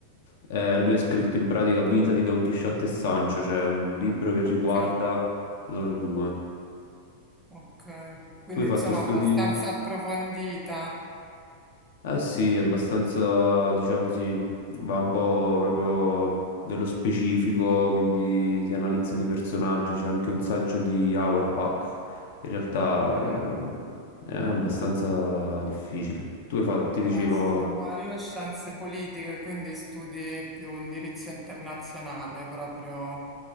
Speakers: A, on the left; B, in the centre.
A: Eh, lui ha scritto in pratica Vita di Don Chisciotte e Sancho, cioè un libro che riguarda
B: Ok.
A: loro due.
B: Ok, quindi
A: Tu hai
B: insomma
A: fatto studi?
B: abbastanza approfondita,
A: Eh sì, è abbastanza, diciamo sì, va un po' proprio dello specifico, quindi si analizzano i personaggi, c'è anche un saggio di Auerbach, in realtà
B: ok,
A: ehm, è abbastanza difficile. Tu hai fatto,
B: complessa.
A: ti dicevo...
B: No, io ho scienze politiche, quindi studi più indirizzo internazionale proprio.